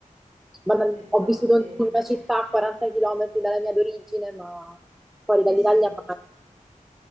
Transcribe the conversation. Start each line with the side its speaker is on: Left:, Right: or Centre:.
Centre: banal-
Right: Ci sta,
Centre: ho vissuto
Right: sì,
Centre: in una città a 40 km dalla mia d'origine, ma fuori
Right: sì,
Centre: dall'Italia
Right: sì,
Centre: mai.